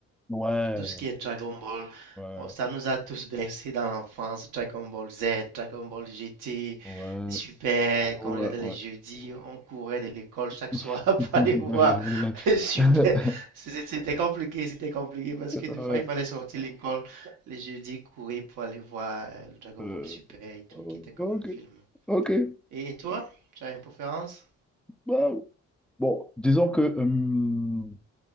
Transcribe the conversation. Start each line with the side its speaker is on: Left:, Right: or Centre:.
Centre: Ouais,
Right: Tout ce qui est Dragon Ball,
Centre: ouais,
Right: oh, ça nous a tous bercés dans l'enfance. Dragon Ball Z, Dragon Ball GT,
Centre: ouais,
Right: Super,
Centre: ouais,
Right: quand on regardait les
Centre: ouais.
Right: jeudis, on courait de l'école chaque
Centre: <laughs>
Right: soir <laughs> pour aller voir le Super. C'était c'était compliqué, c'était compliqué parce que des
Centre: Ouais,
Right: fois, il fallait sortir de l'école les jeudis, courir pour aller voir euh, le Dragon
Centre: euh,
Right: Ball Super et tout, qui était comme
Centre: ok,
Right: un film.
Centre: ok. Eh,
Right: Et, et toi, tu as une préférence?
Centre: bah, bon, disons que, euh,